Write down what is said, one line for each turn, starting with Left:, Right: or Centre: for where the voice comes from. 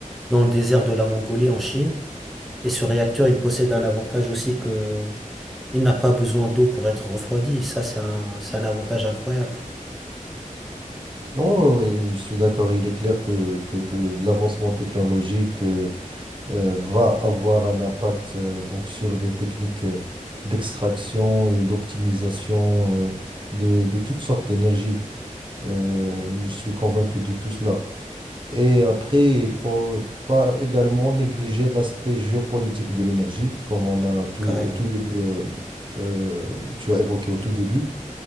Centre: dans le désert de la Mongolie en Chine. Et ce réacteur, il possède un avantage aussi que il n'a pas besoin d'eau pour être refroidi. Ça, c'est un, c'est un avantage incroyable.
Right: Oui, oui, oui, je suis d'accord. Il est clair que, que, que l'avancement technologique. euh, euh, va avoir un impact euh, donc sur les techniques euh, d'extraction et d'optimisation euh, de, de toutes sortes d'énergie. Euh, je suis convaincu de tout cela. Et après, il faut pas également négliger l'aspect géopolitique de l'énergie, comme on a tout,
Centre: Carrément.
Right: au tout début, euh, euh, tu as évoqué au tout début.